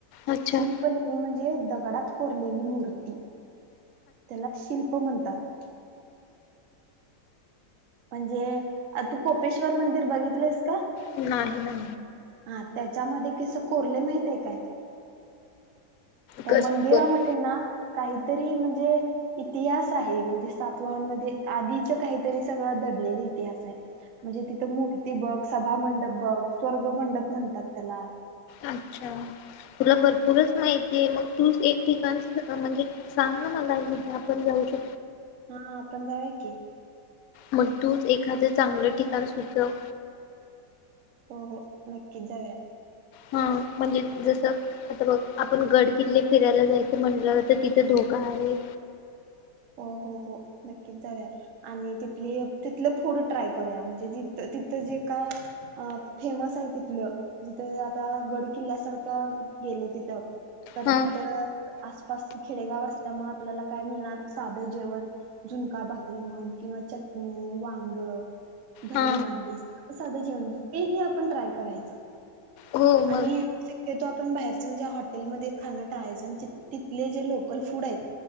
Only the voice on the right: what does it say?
शिल्प लेणी म्हणजे दग गडात कोरलेली मूर्ती त्याला शिल्प म्हणतात म्हणजे आ तू कोपेश्वर मंदिर बघितलंस का
हा त्याच्यामध्ये कस कोरले माहित आहे काय त्या
मंदिरामध्ये
ना काही तरी म्हणजे इतिहास आहे म्हणजे सातवांमध्ये आधीच काहीतरी सगळं दडलय इतिहास हाय म्हणजे तिथ मूर्ती बग सभामंडप बघ स्वर्ग मंडप म्हणतात त्याला
हा आपण जावया की
हो, हो नक्कीच जाऊया
हो हो हो नक्कीच जाऊया आणि तिथली तिथल फूड ट्राय करूया म्हणजे तथ जे काय फेमस आहे तिथलं जिथे आता गड किल्ल्यासारखं गेलं तिथं तर
तिथं आसपास खेडेगाव असल्यामुळे आपल्याला काय मिळणारच साधं जेवण झुणका भाकरी म्हण किंवा चटणी वांग भरली
वांगी साधं जेवण तेही आपण ट्राय करायचं
आणि शक्य तो आपण बाहेरचं म्हणजे हॉटेलमध्ये खाणं टाळायचं आणि ती तिथले जे लोकल फूड आहेत